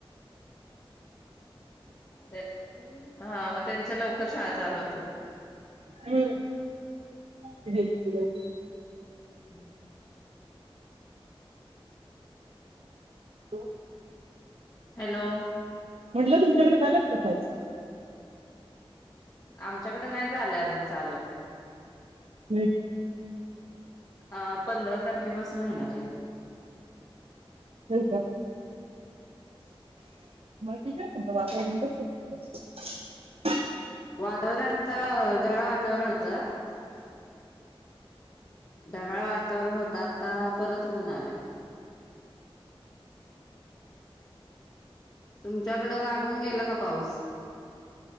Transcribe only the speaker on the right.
हम्म. तेच दिल
<inaudible>
म्हटलं तुमच्याकडे झालंत का पाऊस?
हम्म.
<inaudible> <inaudible> बाकीचं. आता वातावरण कसं आहे तिकडचं.